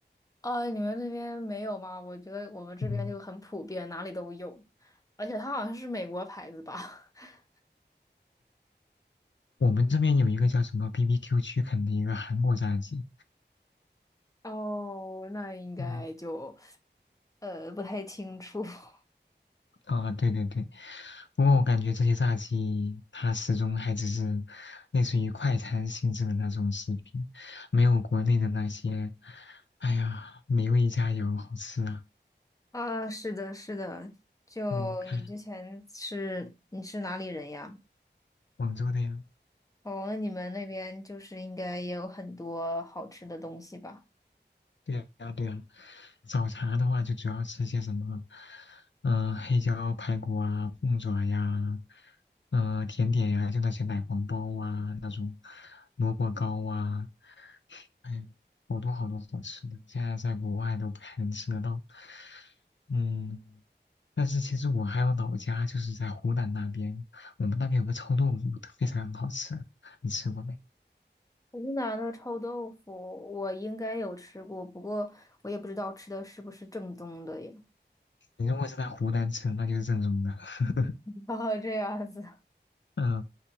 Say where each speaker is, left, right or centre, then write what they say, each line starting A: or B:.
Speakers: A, on the left; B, on the left.
A: 啊，你们那边没有吗？我觉得我们这边就很普遍，
B: 嗯，
A: 哪里都有，而且它好像是美国牌子吧？<laughs>
B: 我们这边有一个叫什么 BBQ 区肯的一个韩国炸鸡。
A: 哦，那应该就
B: 嗯
A: 呃不太清楚。<laughs>
B: 啊，对对对，不过我感觉这些炸鸡它始终还只是类似于快餐性质的那种食品，没有国内的那些，哎呀，美味佳肴好吃啊。
A: 啊，是的，是的，就你之前是你是哪里人呀？
B: 嗯，看广州的呀，
A: 哦，那你们那边就是应该也有很多好吃的东西吧？
B: 对呀对呀，早茶的话就主要吃些什么，嗯、黑椒排骨啊，凤爪呀，嗯、甜点呀，就那些奶黄包啊，那种萝卜糕啊。哎，好多好多好吃的，现在在国外都不太能吃得到。嗯，但是其实我还有老家，就是在湖南那边，我们那边有个臭豆腐，非常好吃，你吃过没？
A: 湖南的臭豆腐我应该有吃过，不过我也不知道吃的是不是正宗的呀 <laughs>。
B: 你如果是在湖南吃，那就是正宗的。<laughs>
A: 哦，这样子，
B: 嗯，